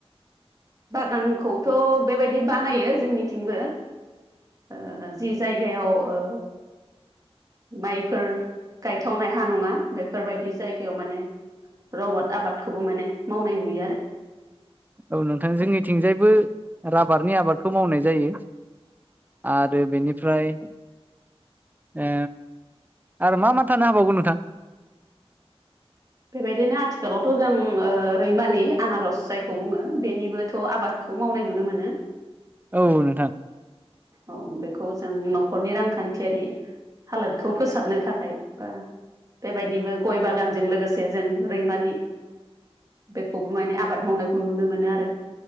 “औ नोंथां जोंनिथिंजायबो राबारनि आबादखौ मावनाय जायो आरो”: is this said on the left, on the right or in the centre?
Right